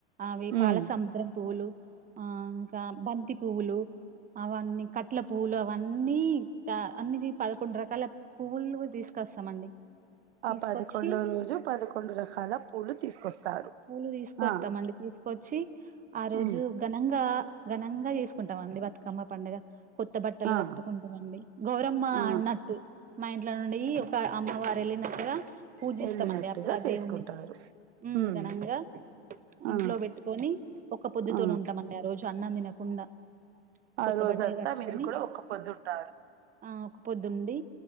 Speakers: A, on the right (about 25°); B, on the right (about 75°).
A: అవి పాలసముద్రం
B: ఉమ్
A: పువ్వులు ఆ ఇంకా బంతి పువ్వులు అవన్నీ కట్ల పువ్వులు అవన్నీ త అన్నిది పదకొండు రకాల పువ్వులు తీసుకొస్తామండి
B: ఆ
A: తీసుకొచ్చి
B: పదకొండో రోజు పదకొండు రకాల పూలు తీసుకొస్తారు
A: పులు తీసుకొస్తామండి
B: ఆ
A: తీసుకొచ్చి ఆ రోజు
B: ఉమ్
A: ఘనంగా ఘనంగా చేసుకుంటామండి బతుకమ్మ పండుగ కొత్త బట్టలు
B: ఆ
A: కట్టుకుంటమండి గౌరమ్మ
B: ఆ
A: అన్నట్టు మా ఇంట్ల నుండి ఒక అమ్మవారు వెళ్ళినట్టుగా పూజిస్తామండి
B: వెళ్ళినట్టుగా
A: అప్ ప్పుడు ఆ
B: చేసుకుంటారు
A: దేవున్ని మ్
B: ఉమ్
A: ఘనంగా
B: ఆ
A: ఇంట్లో పెట్టుకొని ఒక పొద్దుతోనుంటామండి
B: ఆ
A: ఆ రోజు అన్నం తినకుండా
B: ఆ
A: కొత్త
B: రోజంతా
A: బట్టలు కట్టుకొని
B: మీరు కూడా ఒక్క పొద్దుంటారు
A: ఆ ఒక పొద్దుండి